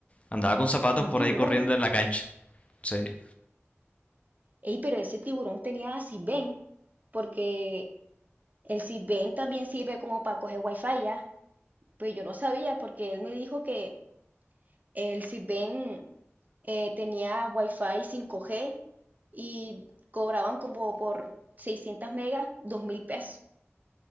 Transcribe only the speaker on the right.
Un
tiburón.
Ey, pero ese tiburón tenía Sisbén, porque el Sisbén también sirve como para coger wifi ya. Pues yo no sabía porque él me dijo que el Sisbén eh, tenía Wi-Fi 5G y cobraban como por 600 megas, 2 mil pesos.